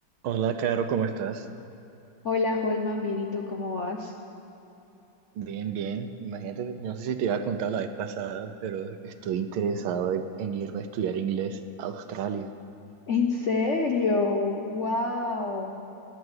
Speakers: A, on the right; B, on the left.
A: Hola, Caro, ¿cómo estás?
B: Hola, Holman, bien, ¿y tú cómo vas?
A: Bien, bien. Imagínate, no sé si te iba a contar la vez pasada, pero estoy interesado en, en irme a estudiar inglés a Australia.
B: ¿En serio? ¡Wow!